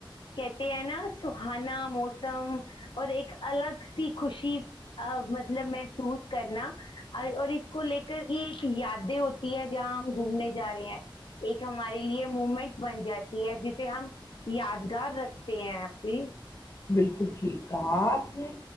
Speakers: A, on the left (about 70°); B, on the left (about 35°).
A: کہتے ہیں نا سہانا موسم اور ایک الگ سی خوشی مطلب محسوس کرنا اور اس کو لے کر یہ ایک یادیں ہوتی ہے جہاں ہم گھومنے جا رہے ہیں ایک ہمارے لیے موومنٹ بن جاتی جسے ہم یاد گھر رکھتے ہیں آپ بھی
B: بالکل ٹھیک کہا آپ نے